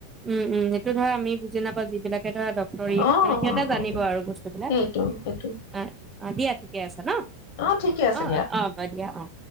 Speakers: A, on the right; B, on the left.
A: উম, উম, এইটো ধৰা আমি বুজি নাপাওঁ যিবিলাক <unintelligible>
B: অ
A: মানে
B: অ
A: সিহঁতে জানিব
B: অ
A: আৰু বস্তুবিলাক
B: সেইটো
A: অ',
B: সেইটো
A: দিয়া ঠিকে আছে ন?
B: অ ঠিকে আছে
A: অ', অ', অ', দিয়া অ'।